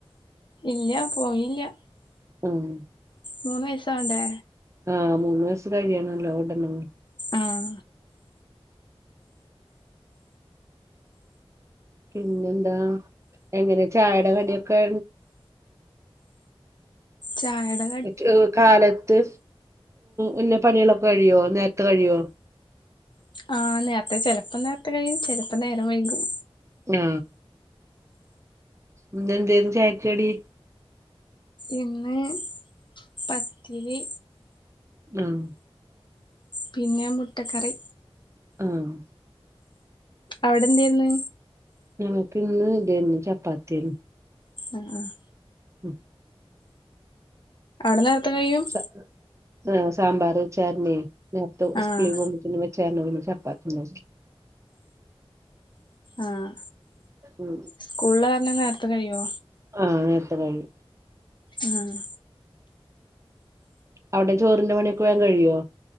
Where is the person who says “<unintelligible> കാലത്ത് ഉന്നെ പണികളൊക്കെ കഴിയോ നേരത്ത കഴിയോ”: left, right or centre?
Right